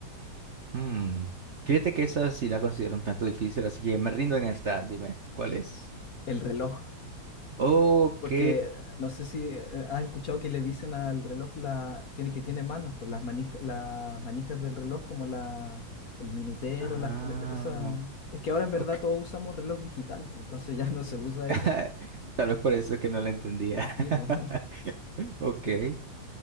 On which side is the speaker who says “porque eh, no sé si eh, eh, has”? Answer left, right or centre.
Left